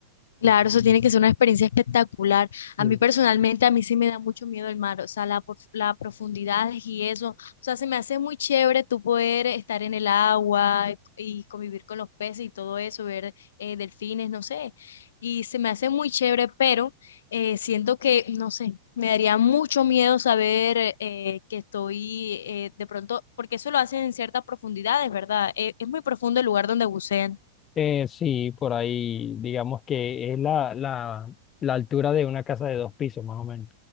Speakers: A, on the left; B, on the left.
A: Claro, eso tiene que ser una experiencia espectacular.
B: Sí.
A: A mí personalmente, a mí sí me da mucho miedo el mar, o sea, la, por- la profundidad y eso. O sea, se me hace muy chévere tú poder estar en el agua y convivir con los peces y todo eso, ver eh, delfines, no sé. Y se me hace muy chévere, pero eh, siento que, no sé, me daría mucho miedo saber eh, que estoy eh, de pronto, porque eso lo hacen en ciertas profundidades, ¿verdad? Eh, es muy profundo el lugar donde bucean.
B: Eh, sí, por ahí digamos que es la, la, la altura de una casa de dos pisos, más o menos.